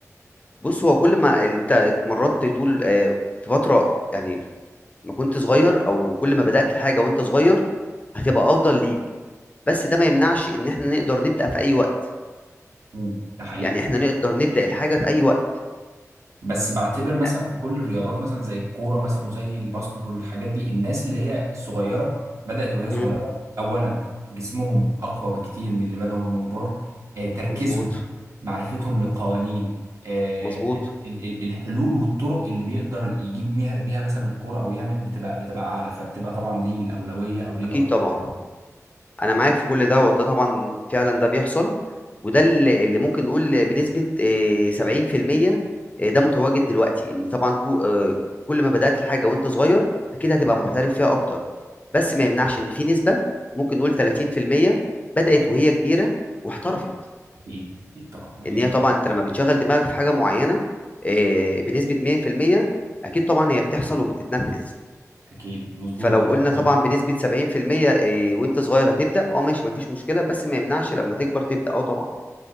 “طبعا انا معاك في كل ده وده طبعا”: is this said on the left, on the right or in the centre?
Left